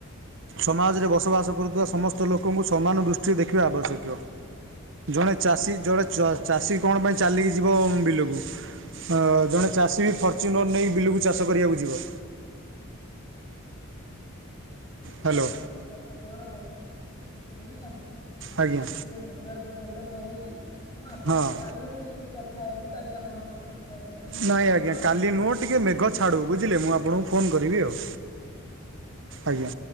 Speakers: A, on the right; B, on the left.
A: ସମାଜରେ ବସବାସ କରୁଥିବା ସମସ୍ତ ଲୋକଙ୍କୁ ସମାନ ଦୃଷ୍ଟିରେ ଦେଖିବା ଆବଶକିୟ। ଜଣେ ଚାଷୀ ଜଣେ ଚ ଚାଷୀ କଣ ପାଇଁ ଚାଲିକି ଯିବ ବିଲକୁ ଅ ଜଣେ ଚାଷୀ ବି ଫର୍ଚ୍ୟୁନର୍ ନେଇ ବିଲୁକୁ ଚାଷ କରିବାକୁ ଯିବ।
B: ହଁ। ହଉ
A: ହ୍ୟାଲୋ
B: ଆଜ୍ଞା ବର୍ଷା ତ ଜୋର ହଉଚି ବୋଲିଚନ୍ତି ନା
A: ଆଜ୍ଞା
B: ଆଉ ଟିକେ ନେଟୱାର୍କ ପ୍ରୋବ୍ଲେମ ରହୁଛି ମୁଁ ଆପଣଙ୍କୁ
A: ହଁ
B: କାଲି କଥା ହେବି କାଲି ଆପଣଙ୍କ ସହିତ। କଥା ହେବି ଆଉ
A: ନାଇଁ ଆଜ୍ଞା
B: ରହୁଛି।
A: କାଲି ନୁହଁ ଟିକେ ମେଘ ଛାଡ଼ୁ ବୁଝିଲେ ମୁଁ ଆପଣଙ୍କୁ ଫୋନ୍ କରିବି ଆଉ।
B: ହଁ।
A: ଆଜ୍ଞା।